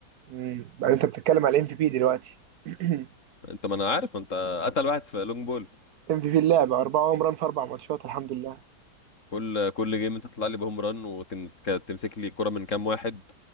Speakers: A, on the right; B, on the left.
A: امم بقى انت بتتكلم على الام في بي دلوقتي <clears throat>
B: انت ما انا عارف انت قتل واحد في لونج بول
A: ام في بي اللعبه اربعه هوم ران في اربع ماتشات الحمد لله
B: كل كل جيم انت تطلع لي بهوم ران وتمسك لي الكره من كام واحد